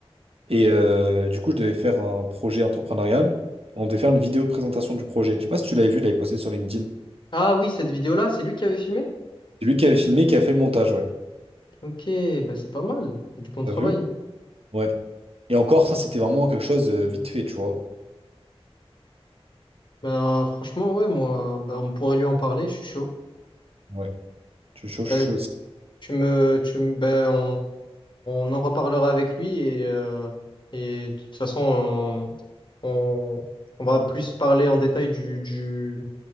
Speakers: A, on the right (about 70°); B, on the left (about 50°).
A: Et euh, du coup, je devais faire un projet entrepreneurial. On devait faire une vidéo de présentation du projet. Je sais pas si tu l'avais vu, je l'avais posté sur LinkedIn.
B: Ah oui, cette vidéo-là, c'est lui qui avait filmé?
A: C'est lui qui avait filmé, qui a fait le montage, ouais.
B: Ok, bah c'est pas mal, c'est du bon
A: T'as
B: travail.
A: vu? Ouais. Et encore, ça, c'était vraiment quelque chose euh, vite fait, tu vois.
B: Bah franchement, ouais, moi, bah, on pourrait lui en parler, je suis chaud.
A: Ouais. Tu chaud, je
B: Euh,
A: suis chaud. aussi.
B: tu me, tu me, bah, on, on en reparlera avec lui et, euh, et de toute façon, on, on, on va plus parler en détail du, du,